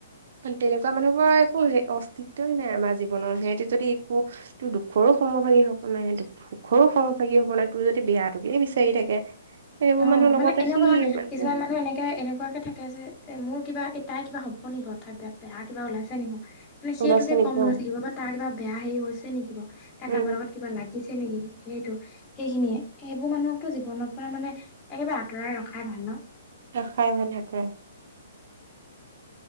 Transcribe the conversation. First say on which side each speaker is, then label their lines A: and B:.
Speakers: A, on the right; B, on the left.
A: তেনেকুৱা মানুহবোৰৰ একো হেৰি অস্তিত অস্তিত্ব নাই, আমাৰ জীৱনৰ সিহঁতে যদি একোতো দুখৰো সমভাগী হ'ব নাবাৰে। দু সুখৰো সমভাগী হ'ব নোবাৰে তোৰ যদি বেয়াটোকে বিচাৰি থাকে। এইবোৰ
B: অহ,
A: মানুহৰ লগত
B: মানে
A: ৰাখি
B: এনেকুৱা
A: মানে
B: কিছুমান মানুহ এনেকে এনেকুৱাকে থাকে। তাকে যে এ মোৰ কিবা, এই কিবা হ'ব নেকি বাৰু তাইৰ বে-বেয়া কিবা ওলাইছে নেকি? মানে সেইটোকে
A: ওলাইছে নেকি
B: কম লৈ
A: অ
B: থাকিব বা তাৰ কিবা বেয়া হেৰি হৈছে নেকি বাৰু তাৰ
A: উম
B: কাৰবাৰ লগত কিবা লাগিছে নেকি। সেইটো সেইখিনিয়ে সেইবোৰ মানুহকটো জীৱনৰ পৰা মানে একেবাৰে আঁতৰাই ৰখাই ভাল নহ।
A: ৰখাই ভাল। <unintelligible>